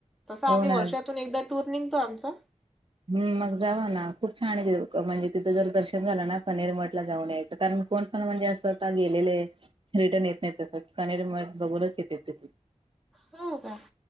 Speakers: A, in the centre; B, on the right.
A: तसं आम्ही
B: हो ना
A: वर्षातून एकदा टूर निघतो आमचा.
B: हम् मग जाव ना खूप छान आहे म्हणजे तिथं जर दर्शन झालं ना फनेरमठ ला जाऊन. कारण कोण कोण म्हणजे असं आता गेलेलं आहे. रिटर्न येत नाही तसं म बघूनच येते तिथ.
A: हो का.